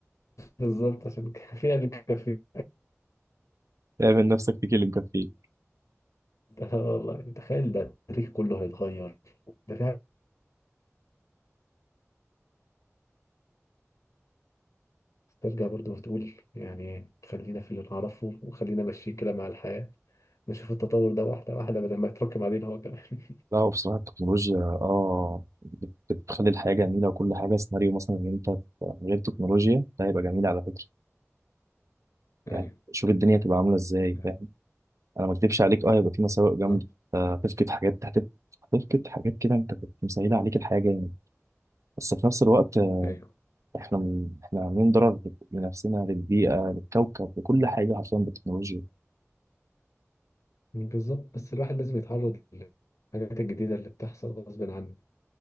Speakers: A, on the left; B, on the right.
A: بالظبط عشان كان فيها اللي كان فيها
B: اعمل نفسك تكلم كفيل
A: <laughs> آه والله تخيل ده التاريخ كله هيتغير ده في بس ترجع برضه وتقول يعني خلينا في اللي نعرفه وخلينا ماشيين كده مع الحياة نشوف التطور ده واحدة واحدة بدل ما يتراكم علينا هو كمان <laughs>
B: لا هو بصراحة التكنولوجيا اه بت- بتخلي الحياة جميلة وكل حاجة سيناريو مثلا ان انت من غير تكنولوجيا ده هيبقى جميل على فكرة يعني
A: ايوه
B: شوف الدنيا هتبقى عاملة ازاي
A: ف-
B: فاهم انا ما اكدبش عليك اه هيبقى في مساوئ جامدة
A: بالظبط
B: آه، هتفقد حاجات هتف- هتفقد حاجات كده انت كنت مسهلة عليك الحياة جامد بس في نفس الوقت آه،
A: ايوه
B: احنا من... احنا عاملين ضرر لنفسنا للبيئة للكوكب لكل حاجة حرفيا بالتكنولوجيا
A: بالظبط بس الواحد لازم يتعرض للحاجات الجديدة اللي بتحصل غصب عنه